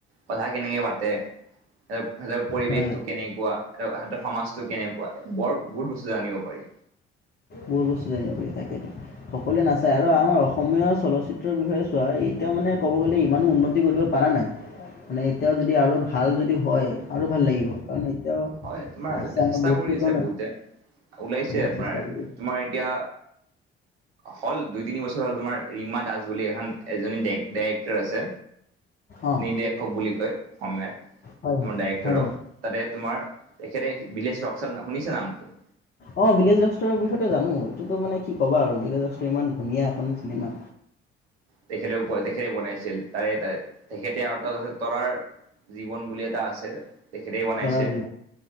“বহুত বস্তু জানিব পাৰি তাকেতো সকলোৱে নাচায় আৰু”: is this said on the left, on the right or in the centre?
Left